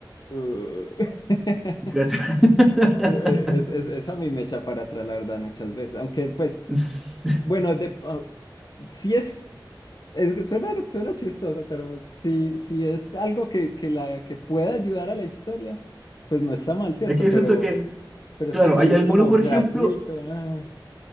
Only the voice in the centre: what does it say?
¿Cachai? <laughs>
Sí.
Es que yo
siento que,
claro,
hay algunos,
por
ejemplo,